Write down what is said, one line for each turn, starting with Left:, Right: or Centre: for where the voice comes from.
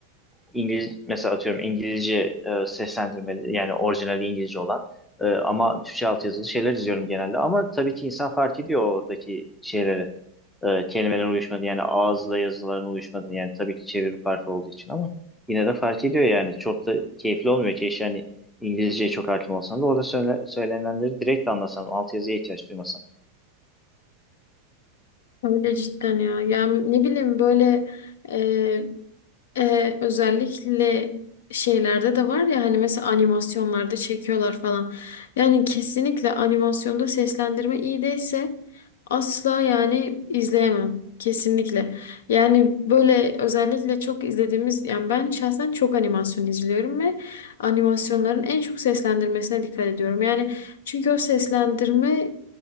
Centre: İngiliz mesela atıyorum İngilizce e, seslendirmeli yani orijinali İngilizce olan e, ama Türkçe altyazılı şeyler izliyorum genelde ama tabii ki insan fark ediyor oradaki şeyleri. E, kelimelerin uyuşmadı yani ağızla yazıların uyuşmadı yani tabii ki çeviri farkı olduğu için ama yine de fark ediyor yani çok da keyifli olmuyor ki yani İngilizceye çok hakim olsan da orada söyle- söylenenleri direkt anlasan altyazıya ihtiyaç duymasan.
Left: Öyle cidden ya. Yani ne bileyim böyle e, e, özellikle şeylerde de var ya hani mesela animasyonlarda çekiyorlar falan. Yani kesinlikle animasyonda seslendirme iyi değilse asla yani izleyemem. Kesinlikle. Yani böyle özellikle çok izlediğimiz yani ben şahsen çok animasyon izliyorum ve animasyonların en çok seslendirmesine dikkat ediyorum. Yani çünkü o seslendirme